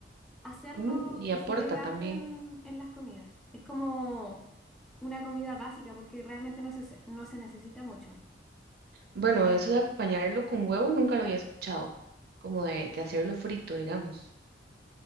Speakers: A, in the centre; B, on the right.
A: hacerlo
B: Mm, y
A: y
B: aporta
A: se ve harto
B: también.
A: en, en las comidas. Es como una comida básica porque realmente no se, no se necesita mucho.
B: Bueno, eso de acompañarlo con huevo nunca lo había escuchado, como de, de hacerlo frito, digamos.